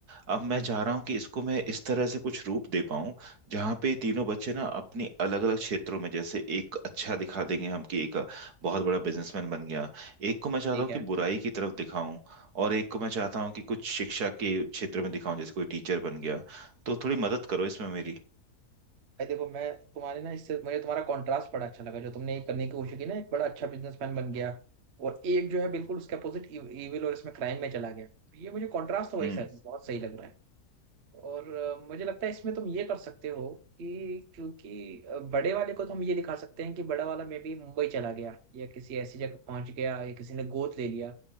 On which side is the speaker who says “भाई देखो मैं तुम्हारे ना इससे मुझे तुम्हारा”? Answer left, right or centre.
Right